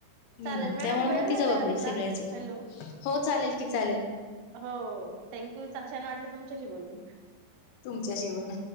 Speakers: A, on the left; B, on the right.
A: हम्म
B: चालेल मॅडम
A: त्यामुळे मग
B: वेळ
A: ती जबाबदारी
B: झालाय आपला
A: सगळ्याचीेतली
B: हॅलो
A: हो चालेल की चाले
B: हो थँक्यू छान वाटलं तुमच्याशी बोलून
A: तुमच्या शिपण